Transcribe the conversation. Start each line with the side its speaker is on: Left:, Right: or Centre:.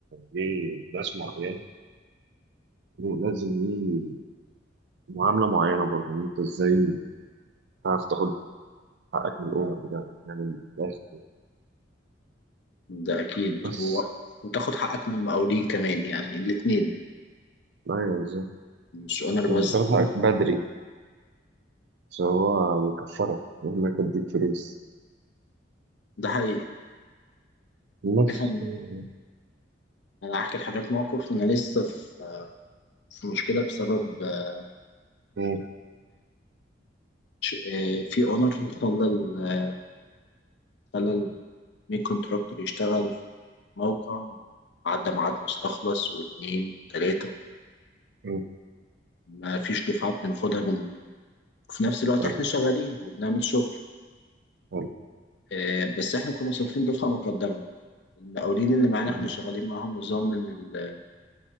Right: ليه ناس معينة لازم ليه معاملة معينة برضه إن أنت إزاي تعرف تاخد حقك من الأونر بتاعه يعني من الآخر
Left: ده أكيد
Right: بس
Left: و... وتاخد حقك من المقاولين كمان يعني الاتنين
Right: أيوه بالظبط
Left: مش أونر
Right: وتاخد
Left: بس،
Right: حقك بدري فهو بيكفرك مهما يديك فلوس
Left: ده حقيقي،
Right: بس
Left: عارف أنا
Right: مم.
Left: أنا هحكي لحضرتك موقف أنا لسه في في مشكلة بسبب آه،
Right: مم.
Left: ش- آه، في أونر خلى ال- خلى المين كونتراكتور يشتغل في موقع عدى ميعاد مستخلص واتنين وتلاتة
Right: مم.
Left: ما فيش دفعات بناخدها منه. وفي نفس الوقت
Right: حلو.
Left: احنا شغالين وبنعمل شغل
Right: حلو.
Left: آه، بس احنا كنا صارفين دفعة مقدمة المقاولين اللي معانا
Right: مم.
Left: احنا شغالين معاهم نظام من ال-